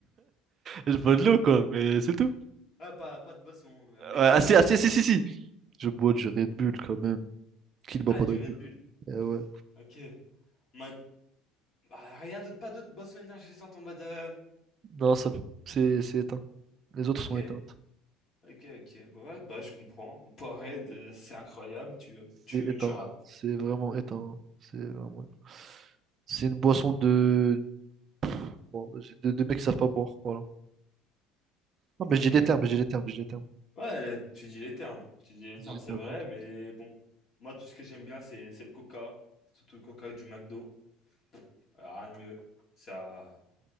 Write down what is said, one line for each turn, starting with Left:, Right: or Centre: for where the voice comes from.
Right: Je bois de l'eau quoi, mais c'est tout.
Left: Ah, pas, pas de boisson, mais...
Right: Ouais, ah, si, ah, si, si, si, si. Je bois du Red Bull quand même. Qui ne boit
Left: Ah,
Right: pas
Left: du
Right: de Red
Left: Red
Right: Bull?
Left: Bull.
Right: Eh ouais.
Left: Ok. Ma- bah, rien d'autre, pas d'autres boissons énergisantes en mode... euh,
Right: Non, ça, c'est c'est éteint. Les autres
Left: Ok,
Right: sont éteintes.
Left: ok, ok. Bah Ouais, bah je comprends. Powerade, euh, c'est incroyable, tu, tu,
Right: C'est éteint.
Left: tu rates.
Right: C'est vraiment éteint. C'est vraiment éteint. C'est une boisson de... Bon, vas-y, de, de mecs qui savent pas boire, voilà. Non, mais
Left: Ok.
Right: j'ai des termes, j'ai des termes, j'ai des termes.
Left: Ouais, tu dis les termes. Tu dis les termes,
Right: J'ai des
Left: c'est
Right: termes,
Left: vrai,
Right: j'ai des termes.
Left: mais bon. Moi, tout ce que j'aime bien, c'est c'est le coca. Surtout le coca du McDo. Rien de mieux. Ça,